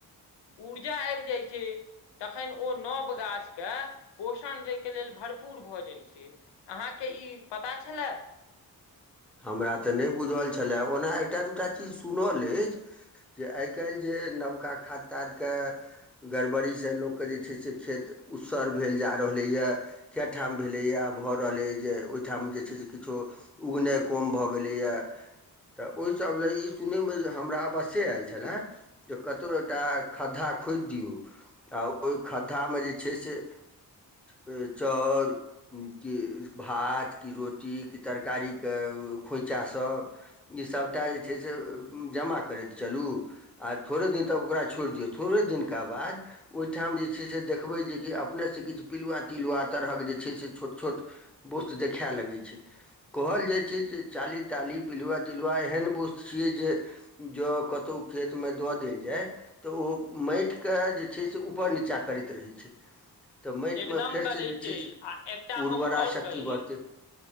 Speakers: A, on the left; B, in the centre.
A: उर्जा आबि जाइ छै तखन ओ नव गाछ के पोषण दैके लेल भरपूर भऽ जाइत छै अहाँ के ई पता छलै
B: हमरा तऽ नइ बुझल छलए ओना एकटा दूटा चीज सुनल अछि जे आइ काल्हि जे जे नबका खाता के गरबरी से लोक के जे छइ खेत उसर भेल जाय छै जा रहले या के ठाम भेलइ या भअ रहलैया जे ओइठाम जे छइ से किछो उगने कम भऽ गेलैए तऽ ओहिसभ लेल ई सुनयमे जे हमरा अवश्ये आयल छलए जे कतहु एकटा खघा खोइद दियौ आ ओहि खद्धा मे जे छै से चाउर की भात की रोटी की तरकारी ऐं खोँइछा सभ ई सभटा जे छै से जमा करैत चलू आ थोड़े दिन तक ओकरा छोड़ि दियौ थोड़े दिनका बाद ओहिठाम जे छै से देखबै जेक अपने सँ किछ पिलुआ तिलुआ तरहक जे छइ से किछ छोट छोट बोस्ट देखै लगय छै कहल छै जे चाली ताली पिलुआ तिलुआ एहन वस्तु छियै जे ज कतहु खेत मे द देल जाय तऽ ओ माइट के जे छै से उपर निचाँ करैत रहै छै तऽ माटिमे
A: एकदम
B: फेरसँ
A: करै
B: जे
A: छै आ
B: से
A: एकटा
B: उर्वरा
A: हम आओर
B: शक्ति
A: कही
B: बढ़तै